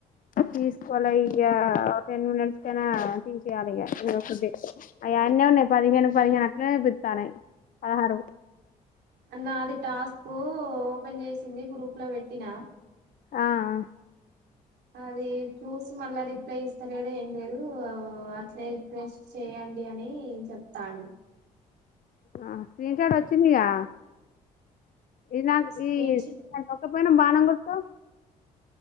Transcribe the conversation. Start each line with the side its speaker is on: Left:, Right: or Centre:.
Left: తీసుకోలే ఇగ ఒ టెన్ మినిట్స్ కైనా తీసేయాలి ఇగ ఎదోఒకటి అయి అన్నే పదిహేను పదిహేను అట్లనే చూత్తన్నయి పదహారు
Right: అన్న అది టాస్కు ఓపెన్ చేసింది గ్రూప్ లో పెట్టిన
Left: ఆ హా
Right: అది చూసి మళ్ళ రిప్లై సరిచేయడం ఏం లేదు అట్లా రిఫ్రెష్ చేయండి అని చెప్తాండు
Left: ఆ స్క్రీన్ షాట్ వచ్చిందిగా ఇది నాకు
Right: స్క్రీన్
Left: ఈ
Right: షాట్
Left: పంప పోయినా బాణం గుర్తు